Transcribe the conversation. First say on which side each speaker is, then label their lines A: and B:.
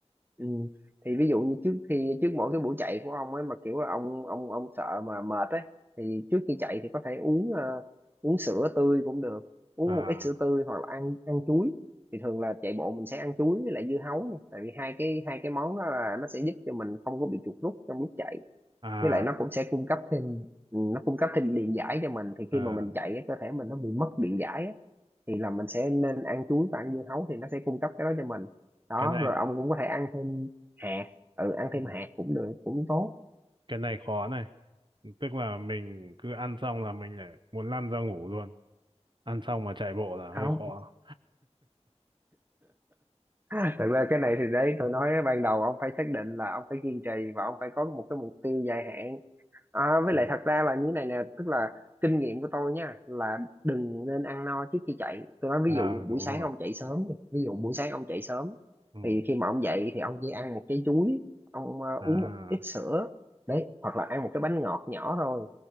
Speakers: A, on the right; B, on the right.
A: ừ, thì ví dụ như trước khi trước mỗi cái buổi chạy của ông ấy mà kiểu là ông ông ông sợ mà mệt ấy thì trước khi chạy thì có thể uống ờ, uống sữa tươi cũng được uống
B: à
A: một ít sữa tươi hoặc là ăn ăn chuối thì thường là chạy bộ mình sẽ ăn chuối với lại dưa hấu nha tại vì hai cái hai cái món đó là nó sẽ giúp cho mình không có bị chuột rút trong lúc chạy
B: à
A: với lại nó cũng sẽ cung cấp thêm ừ, nó cung cấp thêm điện giải cho mình thì
B: ờ,
A: khi mà mình chạy cái cơ thể mình nó bị mất điện giải á thì là mình sẽ nên ăn chuối và ăn dưa hấu thì nó sẽ cung cấp cái đó cho mình đó
B: cái này
A: rồi ông cũng có thể ăn thêm hạt ừ ăn
B: ừ.
A: thêm hạt cũng được cũng tốt
B: cái này khó này tức là mình cứ ăn xong là mình lại muốn lăn ra ngủ luôn ăn xong mà chạy bộ là
A: không
B: hơi khó
A: <laughs> thật ra cái này thì đấy tôi nói ban đầu ông phải xác định là ông phải kiên trì và ông phải có một cái mục tiêu dài hạn À, với
B: ừ.
A: lại thật ra là như này nè, tức là kinh nghiệm của tôi nha là đừng nên ăn no trước khi chạy. Tôi nói
B: à
A: ví dụ buổi
B: đúng
A: sáng
B: rồi
A: ông chạy sớm, đi. ví dụ buổi sáng ông chạy sớm
B: ừ.
A: thì khi mà ông dậy thì ông chỉ ăn một trái chuối, ông ờ, uống
B: à
A: một ít sữa đấy, hoặc là ăn một cái bánh ngọt nhỏ thôi.